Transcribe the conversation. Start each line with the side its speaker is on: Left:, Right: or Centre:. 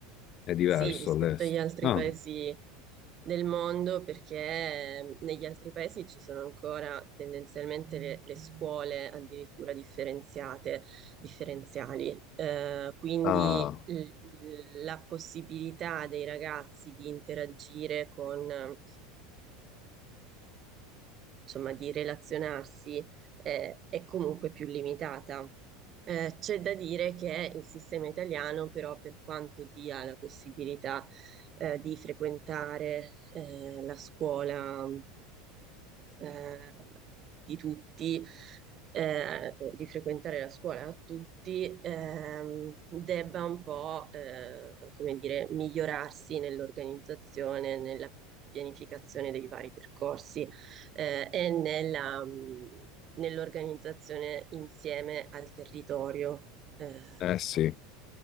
Left: è diverso
Right: Sì, rispetto
Left: all'estero.
Right: agli altri
Left: Ah,
Right: paesi del mondo, perché ehm, negli altri paesi ci sono ancora tendenzialmente le, le scuole addirittura differenziate, differenziali. Eh, quindi
Left: ah,
Right: l- la possibilità dei ragazzi di interagire con, eh, insomma, di relazionarsi eh, è comunque più limitata. Eh, c'è da dire che il sistema italiano, però, per quanto dia la possibilità, eh, di frequentare, eh, la scuola, eh, di tutti, eh, o di frequentare la scuola a tutti, ehm, debba un po', eh, come dire, migliorarsi nell'organizzazione, nella pianificazione dei vari percorsi, eh, e nella, mh, nell'organizzazione insieme al territorio. Eh,
Left: eh sì,